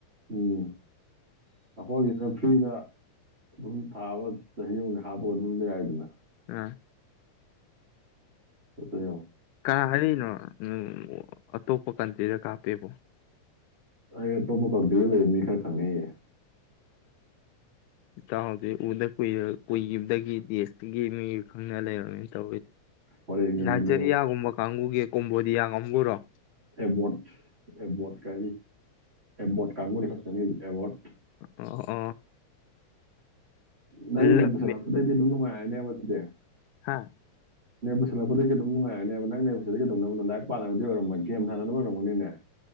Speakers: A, on the right (about 20°); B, on the left (about 85°).
A: ꯎꯝ ꯍꯦ ꯐ꯭ꯔꯤꯗ ꯑꯗꯨꯝ ꯊꯥꯕ ꯆꯍꯤ ꯑꯃꯒ ꯍꯥꯞꯄꯒ ꯑꯗꯨꯝ ꯂꯩ ꯌꯥꯏꯗꯅ
B: ꯑꯥ
A: ꯐꯠꯇꯣ
B: ꯀ ꯍꯥꯏꯔꯤꯅꯣ ꯎꯝ ꯑꯇꯣꯞꯄ ꯀꯟꯇ꯭ꯔꯤꯗ ꯀꯥꯞꯄꯦꯕ
A: ꯑ ꯇꯣꯄ ꯇꯧ ꯂꯩ ꯑꯗꯨ ꯃꯤ ꯈꯔ ꯈꯪꯅꯤꯌꯦꯦ
B: ꯑꯆꯥꯖꯤ ꯎꯗ ꯀꯨꯏꯕꯗꯒꯤ ꯗꯦꯁꯇꯒꯤ ꯃꯤ ꯈꯪꯅ ꯂꯩꯔꯝꯃꯤ ꯇ
A: ꯍꯣꯔꯦꯟꯒꯤ ꯃꯤꯅꯦ
B: ꯅꯖꯔꯤꯌꯥꯒꯕ ꯀꯥꯡꯪꯨꯒꯤꯦ ꯀꯣꯝꯕꯣꯗꯤꯌꯥ ꯀꯝꯕꯨꯨꯔꯣ
A: ꯑꯦꯕꯠ ꯑꯦꯕꯠ ꯀꯥ ꯑꯦꯕꯠ ꯀꯃꯅꯤꯁ ꯑꯦꯋꯥꯔꯗ
B: ꯑꯣ ꯑꯣ
A: ꯅꯪ ꯅꯦꯕꯁꯂ
B: ꯂꯞ
A: ꯀꯠꯇꯗꯣ ꯅꯕ ꯑꯗꯦ
B: ꯍꯥꯥ
A: ꯅꯅꯦ ꯄꯨꯁꯤꯜꯂꯛꯄꯗꯒꯤ ꯑꯗꯨꯝ ꯅꯨꯡꯉꯥꯏꯔꯅꯦꯕ ꯅꯪꯅꯦ ꯄꯨꯁꯤꯗ ꯀꯩꯗꯧꯅꯕꯅꯣ ꯂꯥꯏꯔꯤꯛ ꯄꯥꯅꯕꯗꯤ ꯑꯣꯏꯔꯝꯕ ꯒꯦꯝ ꯁꯥꯟꯅꯕ ꯑꯣꯏꯔꯝꯒꯅꯤꯅꯦ